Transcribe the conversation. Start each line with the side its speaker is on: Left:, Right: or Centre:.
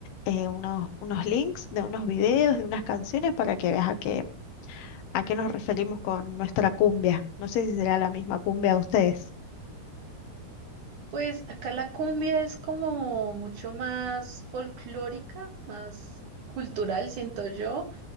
Left: eh, unos, unos links de unos videos, de unas canciones para que veas a qué, a qué nos referimos con nuestra cumbia. No sé si será la misma cumbia a ustedes.
Right: Pues acá la cumbia es como mucho más folclórica, más cultural, siento yo.